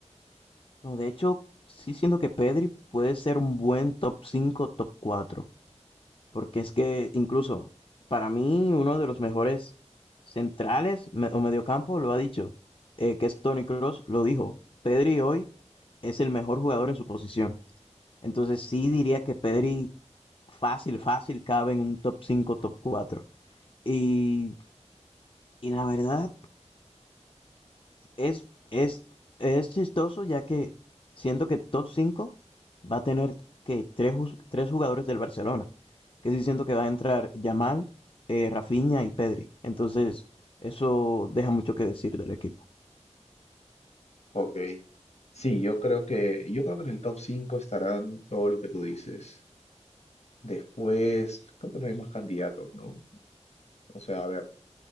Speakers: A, on the left; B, on the left.
A: No, de hecho, sí siento que Pedri puede ser un buen top cinco top cuatro Porque es que incluso para mí uno de los mejores centrales me- o mediocampo lo ha dicho, eh, que es Toni Kroos, lo dijo. Pedri hoy es el mejor jugador en su posición. Entonces sí diría que Pedri fácil, fácil cabe en un top cinco top cuatro Y, y la verdad es, es, es chistoso ya que siento que top 5 va a tener que tres, jus- tres jugadores del Barcelona. que sí siento que va a entrar Yamal, eh, Rafinha y Pedri. Entonces, eso deja mucho que decir del equipo.
B: Ok. Sí, yo creo que, yo creo que en el top 5 estarán todos los que tú dices. Después, creo que no hay más candidatos, ¿no? O sea, a ver,